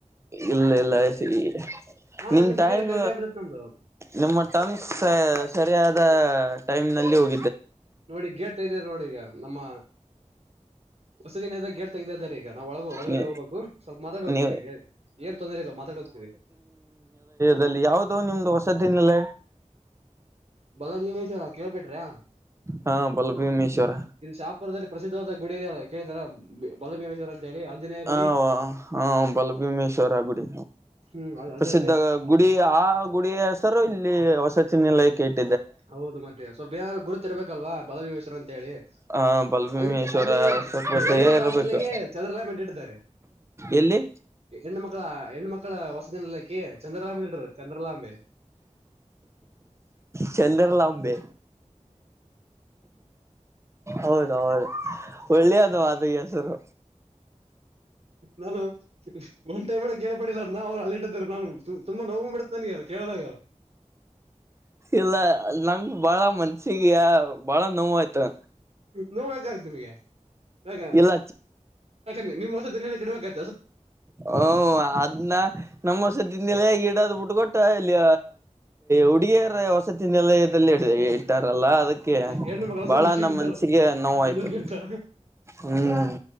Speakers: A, on the right; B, on the right.
A: ಇಲ್ಲ ಇಲ್ಲರಿ
B: ಮಾನಸ್
A: ನಿಮ
B: ಸಿಕ್ಕಿದ್ರೆ
A: ಟೈಮ್...
B: ಕರೆಕ್ಟ್ ಆಗ್ಬಿಡುತ್ತೆ ನಮ್ದು
A: ನಿಮ್ಮ ಟಮ್ಸ್ ಸರಿಯಾದ ಟೈಮ್ ನಲ್ಲಿ ಹೋಗ...
B: ನೋಡಿ ಗೇಟ್ ತೆಗ ನೋಡಿ ಈಗ ನಮ್ಮ ಹೊಸದಿನದ ಗೇಟ್ ತೆಗ್ದ್ದಾರೆ ಈಗ.. ನಾವು ಒಳಗ ಒಳಗಡೆ
A: ನೀ
B: ಹೋಗ್ಬೇಕು ಸ್ವಲ್ಪ ಮಾತಾಡಿ ಹೋಗ್ತಿೀವಿ
A: ನೀವು
B: ಏರ್ ತೊಂದರೆ ಇಲ್ಲ ಮಾತಾಡಿ ಹೋಗ್ತಿೀವಿ...
A: ದಲ್ಲಿ ಯಾವವು್ದೋ ನಿಮ್ದು ವಸದಿನಲ್ಲ...
B: ಬಲ ನಿಮೇಶ್ವರ ಕೇಳ್ಬಿಟ್ರಿ....
A: ಹಾ ಬಲಭೀಮೇಶ್ವರ
B: ಇ ಇಲ್ಲಿ ಶಾಹಪುರದಲ್ಲಿ ಪ್ರಸಿದ್ಧವಾದ ಗುಡಯಿದೆಯಲ್ಲ ಕೇಳಿದಾರ ಬಲಭೀಮೇಶ್ವರ.... ಹೇಳಿ ಆಂಜನೇಯ
A: ಹ
B: ಗುಡಿ
A: ಹಾ ಬಲಭೀಮೇಶ್ವರ ಗುಡಿ...
B: ಹ್ಮ್ ಅದ್-
A: ಪ್ರಸಿದ್ಧ
B: ಅದೇ ಅದೇ
A: ಗುಡಿ ಆ ಗುಡಿಿಯ ಹೆಸರು ಇಲ್ಲಿ ವಸತಿನ ಲಯಕ ಇ...
B: ಹೌದು ಮತ್ತೆ ಸ್ವಲ್ಪ ಏನಾರು ಗುರುತ್ತ ಇರ್ಬೇಕಲ್ವಾ ಬಲಭೀಮೇಶ್ವರ್ ಅಂತ ಹೇಳಿ
A: ಆ ಬಲಭೀಮೇಶ್ವರ
B: ಅಲ್ಲಿ ಅಲ್ಲಿ...
A: ಸ್ವಲ್ಪ ದಯ
B: ಹೆಣ್ಣು ಮಕ್ಕಳಾಸ್ನಲ್ಲಿಗೆ
A: ಇರ್ಬೇಕು
B: ಚಂದ್ರಲ ಮಿಟಾಡಿದ್ದಾರೆ....
A: ಎಲ್ಲಿ
B: ಹೆಣ್ಣ ಮಕ್ಕಳ ಹೆಣ ಮಕ್ಕಳ ಹೊಸದಿನಲಿಕ್ಕೆ ಚಂದ್ರಲಾಂಬೆಡರು ಚಂದ್ರಲಾಂಬೆ....
A: ಚಂದ.. ಇಲ್ಲ ಅಂಬೆ ಹೌದ ಹೌದು.. ಒಳ್ಳೆಯ ಅದ ಅದು ಹೆಸರು...
B: ನಾನು ಒಂದ್ ಟೈಮ್ಡ ಕೇಳ್ಪಡ್ಟಿಲ್ಲ ಅಂದ ಅವ್ರು ಅಲ್ಲಿಟ್ಟರು ನಾನು ತುಂಬಾ... ನೋಗ್ ಬಿಡ್ತಾನಿ ಅದು ಕೇಳ್ದಾಗ...
A: ಇಲ್ಲ ನಂಗ ಬಾಳ ಮನ್ಸಿಗೆಯ ಬಾಳ ನೋವು ಆಯ್ತು...
B: ನೋ ಆ್ತು ನಿಮಗೆ ಯಾಕ
A: ಇಲ್ಲ
B: ನಿಾ ನಿಮ್ ಹೊಸದನ್ನೇ ಕೆಡಬೇಕೆ....
A: ಓ ಅದ್ನ್ನ ನಮ್ಮಸದಿಂದೆಲ್ಲಗ... ಅದ ಬಿಡ್ ಕೊೊಟ್ಟ ಇಲ್ಲಿ ಹುಡುಗಿಯರ ವಸತಿ ನೆಲ... ದಲ್ಲಿ
B: ಓ
A: ಇಟ್ಟಾರಲ್ಲ ಅದಕ್ಕೆ
B: ಎ- ಹೆಣ್ಣು ಮಗಳ ವಸತಿ
A: ಬಹಳ
B: ಕಿಡಿದಾರ
A: ನಮ್ಮ್ ಮನ್ಸಿಗೆ ನೋಾಯ್ತು...
B: ಬೇಜಾರ್ ಆಯ್ತಾ
A: ಹ್ಮ್